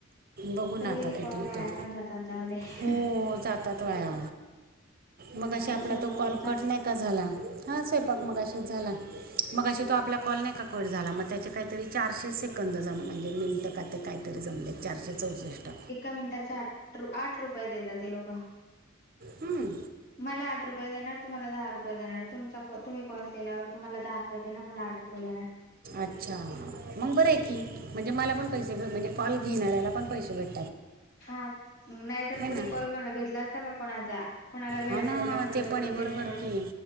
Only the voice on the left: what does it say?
कधी
कधी कॉल
वाया पण जातात जाऊ दे
झाला
स्वयंपाक
तुमचा
एका मिनिटाचे आठ, आठ, रुपये देतात ते लोक
मला आठ रुपये देणार, तुम्हाला दहा रुपये देणार, तुमचा तम्ही कॉल केल्यावर तुम्हाला दहा रुपये देणार मलाठ आठ रुपय देणार
हा नाही तर कोणी
कॉल घ घेतला असा का कोणाचा? कोणाला वेळ
एवढा कोणाचा
कॉल
घेणं एवढा